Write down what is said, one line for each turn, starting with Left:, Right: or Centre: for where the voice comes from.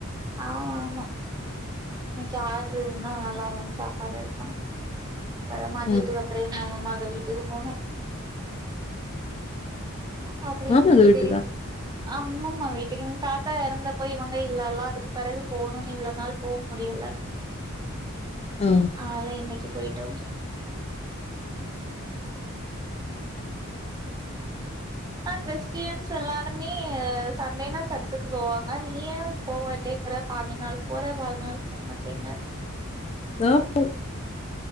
Right: ஆ ஆமா இன்னைக்கு ஆர்டரு இருந்தா நல்லா இல்லன்னு சாப்பாடு எடுப்பாங்க வர மாதியதுக்கு
Left: ம்.
Right: அப்புற என்னவுமா வீட்டுக்கு போனு அப்புற
Left: மாமாங்க
Right: இன்னைக்கு
Left: வீட்டுக்கா
Right: டேட் அம்மாம்மா வீட் என் தாத்தா இறந்தபோ இவங்க இல்லல்லா அதுக்கு பிறகு போகும்னு இவ்ள நாள் போ முடியல
Left: ம்.
Right: ஆல இன்னைக்கு போய்ட்டு வந்தோ ஆ கிறிஸ்டியன்ஸ் எல்லாருமே சண்டேனா சர்ச்சுக்கு போவாங்க நீயே போ மாட்டேங்கற பாதி நாள் போற பதினாள் போ மாட்டேங்கற
Left: நா போ